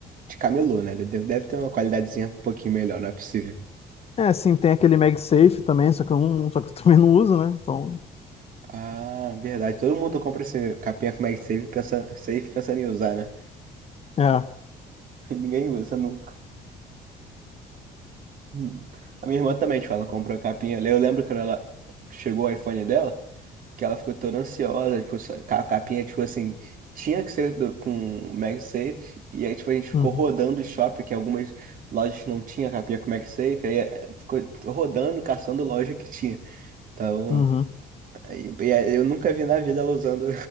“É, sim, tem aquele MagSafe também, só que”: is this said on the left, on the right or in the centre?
Left